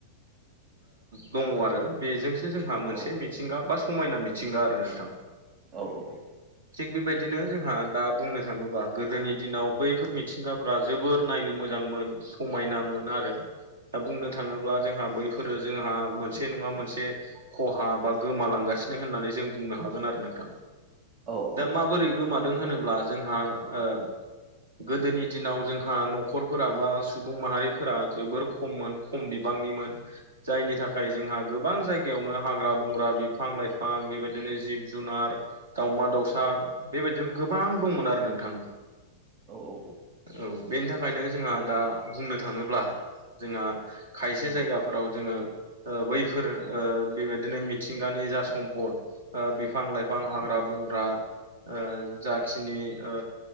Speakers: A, on the right; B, on the right.
A: दङ आरो बेजों जोंहा मोनसे
B: औ
A: मिथिंगा बा समायना मिथिंगा आरो नोंथां।
B: औ औ औ।
A: थिग बेबायदिनो जोंहा दा बुंनो थाङोबा गोदोनि दिनाव बैफोर मिथिंगाफोरा जोबोर नायनो मोजांमोन समायनामोन आरो। दा बुंनो थाङोब्ला जोंहा बैफोरो जोंहा मोनसे नङा मोनसे खहा बा गोमालांगासिनो होननानै जों बुंनो हागोन आरो नोंथां।
B: औ
A: दा माबोरै गोमादों होनोब्ला जोंहा ओ गोदोनि दिनाव जोंहा न'खरफोरा बा सुबुं माहारिफोरा जोबोर खममोन खम बिबांनिमोन। जायनि थाखाय जोंहा गोबां जायगायावनो हाग्रा बंग्रा बिफां लाइफां बेबायदिनो जिब जुनार दावमा दाउसा बेबायदिनो गोबां दंमोन आरो नोंथां।
B: औ औ औ
A: औ बेनि थाखायनो जोंहा दा बुंनो थाङोब्ला जोंहा खायसे जायगाफोराव
B: औ
A: जोङो बैफोर ओ बेबायदिनो मिथिंगानि जा सम्पद बिफां लाइफां हाग्रा बंग्रा ओ जाखिनि ओ